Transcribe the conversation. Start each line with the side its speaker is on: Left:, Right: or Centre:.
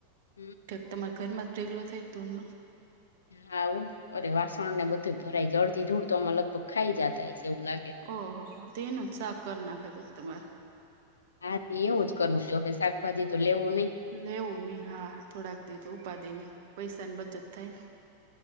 Left: હમ
Right: તમારા ઘરમાં જ ઢગલો થાય ધુલ નો....
Left: હા હો અરે વાસણ ને બધું ભરાય જાય અડધી ધૂડ તો અમે લગભગ ખાઈ જતા હશે છે એવું લાગે...
Right: ઓહ તો એનું જ શાક કરી નખાય પછી તમારે..
Left: હા તી એવું જ કરવું જોહે શાકભાજી તો લેવું નહી....
Right: લેવું નઈ હા થોડાક દી તો ઉપાધિ નહી પૈસા ની બચત થાય ને...